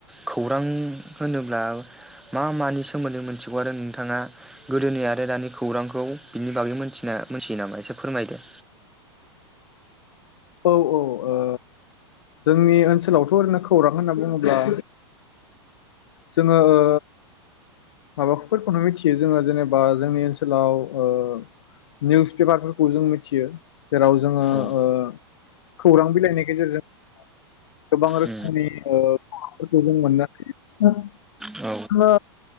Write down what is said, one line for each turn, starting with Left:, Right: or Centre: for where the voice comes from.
Centre: खौरां होनोब्ला मा मानि सोमोन्दै मोनथिगौ आरो नोंथाङा गोदोनि आरो दानि खौरांखौ बिनि बागै मोनथिना मोनथियो नामा एसे फोरमायदो।
Left: औ औ ओ जोंनि ओनसोलावथ' ओरैनो खौरां होनना बुङोब्ला जोङो ओ माबाफोरखौनो मिथियो जोङो जेनेबा जोंनि ओनसोलाव ओ निउस पेपारफोरखौ जों मिथियो जेराव जोङो
Centre: औ
Left: ओ खौरां बिलाइनि गेजेरजों। गोबां रोखोमनि
Centre: औ
Left: ओ फोरखौ जों मोननो हायो
Centre: औ
Left: हो